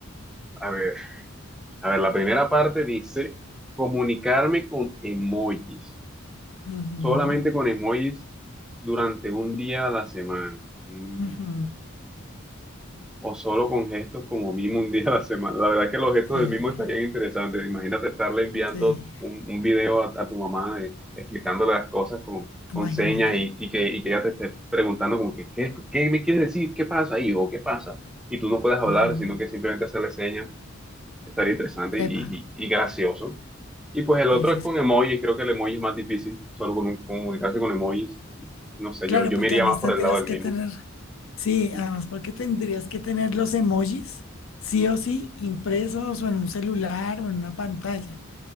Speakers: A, in the centre; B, on the left.
A: A ver, a ver, la primera parte dice comunicarme con emojis,
B: Ujú.
A: solamente con emojis durante un día a la semana. Mm,
B: Ujú,
A: o solo con gestos como mimo un día a la semana. La verdad es que los gestos
B: Sí,
A: del mimo estarían interesantes. Imagínate estarle enviando
B: sí,
A: un, un video a, a tu mamá de- explicándole las cosas con, con
B: imagínate.
A: señas y, y que, y que ella te esté preguntando como que, ¿qué, qué me quieres decir? ¿Qué pasa, hijo? ¿Qué pasa? Y tú no puedes hablar,
B: Ujú,
A: sino que simplemente hacerle señas. Estaría interesante y,
B: Epa,
A: y, y gracioso. Y pues el
B: sí,
A: otro
B: sí,
A: es con
B: sí.
A: emojis. Creo que el emoji es más difícil, solo con, comunicarse con emojis. No sé,
B: Claro,
A: yo, yo
B: porque
A: me iría
B: además
A: más por
B: tendrías
A: el lado del
B: que
A: mimo.
B: tener, sí,
A: Mm,
B: además porque tendrías que tener los emojis, sí o sí, impresos o en un celular o en una pantalla,